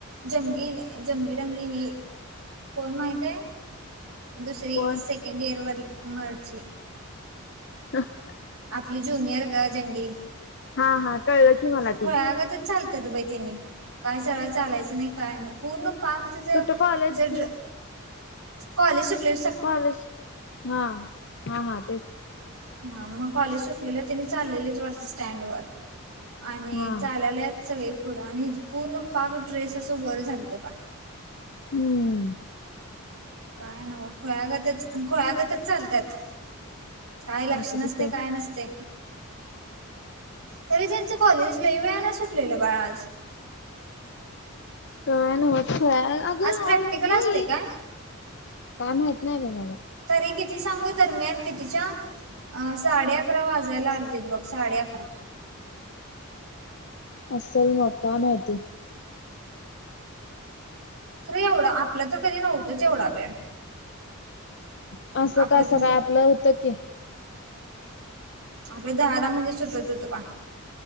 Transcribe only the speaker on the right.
जंगी-जंगीडंगी ही कोण माहित ये? दुसरी,
सेकंड इयर वाली मरची
आपली ज्युनियर ग जंगी
फळ
ग तरच चालत त बै तिनी. काय सरायचचालायचं नाही काय नाही पूर्ण पाक तच
कॉलेज सुटलं
हा मग कॉलेज सुटलेलं तिने चाललेलीच वडस स्टँड वर. आणि
चालल्यात सगळे पुढं आणि हिच पूर्ण पाक ड्रेस असं बर झालत बा.
काय नव्ह खोळगतच खोळगतच चालत्यात. काय लक्ष
नसते
काय नसते. तरी त्यांचं कॉलेजला वेळान सुटलेलं बाळ आज.
आज प्रॅक्टिकल
असते काय
तरी किती सांगू दरम्यान कितीच्या, अ साडे अकरा वाजायला आलतेत बघ साडे अकरा.
खरं एवढं आपला तर कधी नव्हतंच एवढा वेळ.
आपलं
तर
आपल्या दहाला म्हणजे सुटवत होतं बा.